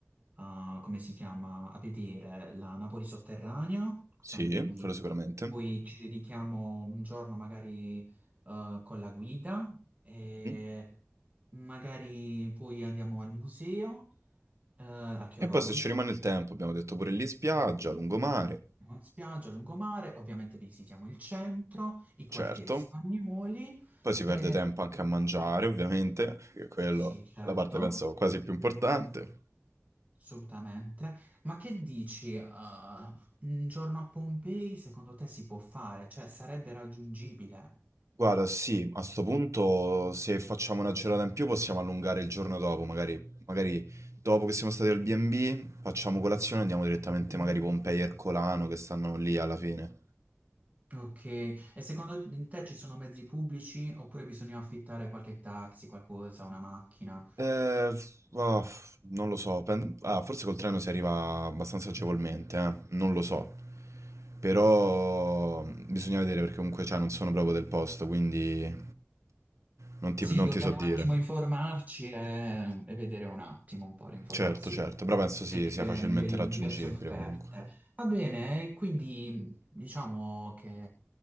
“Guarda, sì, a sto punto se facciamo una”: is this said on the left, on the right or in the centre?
Right